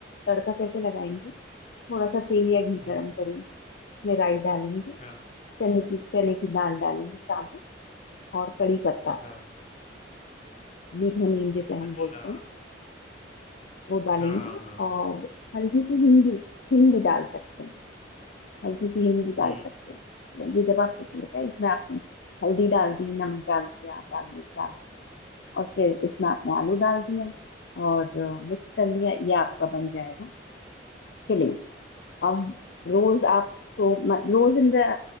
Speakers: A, on the left; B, on the left.
A: तड़का कैसे लगाएंगे थोड़ा सा तेल या घी
B: हम्म
A: गरम करेंगे उसमें राई डालेंगे
B: हाँ
A: चने की चने की दाल डालेंगे साबुत और कड़ी पत्ता
B: हाँ
A: मीठा नीम जिसे हम
B: अच्छा
A: बोलते हैं वो डालेंगे
B: हाँ हाँ हाँ
A: और हल्की सी हींग भी हींग भी डाल सकते हैं हल्की सी हींग भी डाल
B: हम्म
A: सकते हैं तो ये जब आपको तड़का है इसमें आपने हल्दी डाल दी नमक डाल दिया लाल मिर्च डाल दिया और फिर इसमें आपने आलू डाल दिया और मिक्स कर लिया ये आपका बन जाएगा फिलिंग अब रोज आप तो म- रोज इन द